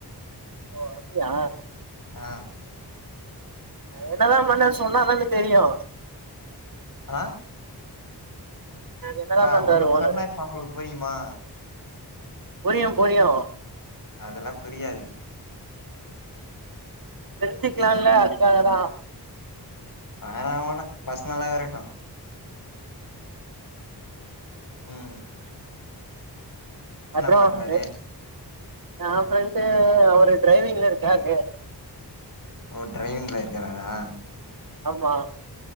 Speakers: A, on the right (about 55°); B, on the left (about 55°).
A: ஓ அப்படியா.
B: ஆ
A: எ என்னதா பண்ணாருனு சொன்னாதான தெரியு.
B: ஆஹ.
A: என்னதா
B: இப்ப
A: பண்றாரு
B: உங்களுக்கு
A: ஓனரு
B: சொன்னா இப்ப அவங்களுக்கு புரியுமா.
A: புரியு புரியு.
B: அதெல்லா புரியாது.
A: தெரிஞ்சுக்கலால்ல அதுக்காகதா.
B: வேணா வேணா பர்சனலாவே இருக்கட்டு. உஹம்.
A: <inaudible> அப்புறோ
B: பண்றாரு
A: எ எ ஃப்ரெண்டு அவரு. டிரைவிங்ல இருக்காரு
B: ஓ ட்ரைவிங் ல க்குறாரா
A: ஆமா